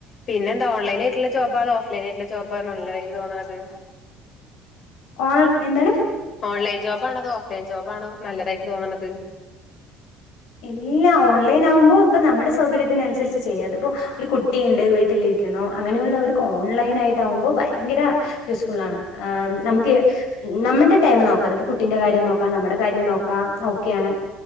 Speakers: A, on the left; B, on the left.
A: പിന്നെ എന്താ ഓൺലൈൻ ആയിട്ടുള്ള ജോബ് ഓഫ ഫ്‌ലൈൻ ആട്ടുള്ള ജോബ് ആണോ നല്ലതായിട്ട് തോന്നുന്നേ
B: ഓ എന്താണ്
A: ഓൺലൈൻ ജോബ്ണതോ ഓഫ് ലൈൻ ജോബ്ണോ നല്ലതായിട്ട് തോന്നണുന്നത്
B: എല്ലാ ഓൺലൈൻ ആകുമ്പോ ഇപ്പ നമ്മുടെ സൗകര്യത്തിനനുസരിച്ച് ചെയ്യും അതിപ്പോൊ ഒരു കുട്ടിയുണ്ട് വീട്ട വീട്ടിലിരിക്കുന്നു അങ്ങനെയുള്ളവർക്ക് ഓൺലൈൻ ആയിട്ട ആകുമ്പോൾ ഭയങ്കര യൂസ്ഫുൾ ആണ് ആഹ് നമുക്ക് നമ്മുടെ ടൈം നോക്കാം അപ്പ കുട്ടിന്റെ കാര്യം നോക്കാം നമ്മ കാര്യം നോക്കാം ഓക്കെയാണ്